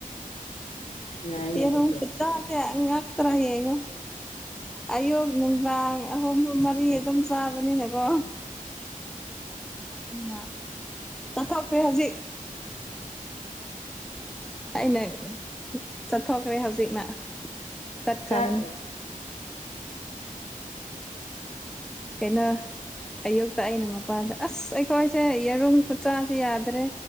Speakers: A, on the left (about 50°); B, in the centre.
A: ꯌꯥꯏꯅꯦ
B: ꯌꯦꯔꯨꯝ
A: ꯑꯗꯨꯁꯨ
B: ꯈꯨꯆꯥꯁꯦ ꯉꯥꯛꯇꯔ ꯌꯦꯡꯉꯣ ꯑꯌꯨꯛ ꯅꯨꯡꯗꯥꯡ ꯑꯍꯨꯝ ꯃꯔꯤ ꯑꯗꯨꯝ ꯆꯥꯕꯅꯤꯅꯀꯣ ꯎꯝ ꯆꯥꯊꯣꯛꯈꯔꯦ ꯍꯧꯖꯤꯛ
A: ꯍ
B: ꯑꯩꯅ ꯆꯊꯣꯛꯈ꯭ꯔꯦ ꯍꯧꯖꯤꯛꯅ ꯆꯠꯈ꯭ꯔꯕꯅꯤ
A: ꯆꯥꯛ
B: ꯀꯩꯅꯣ ꯑꯌꯨꯛꯇ ꯑꯩꯅ ꯃꯄꯥꯗ ꯑꯁ ꯑꯩꯈꯣꯏꯁꯦ ꯌꯦꯔꯨꯝ ꯈꯨꯆꯥꯁꯦ ꯌꯥꯗ꯭ꯔꯦ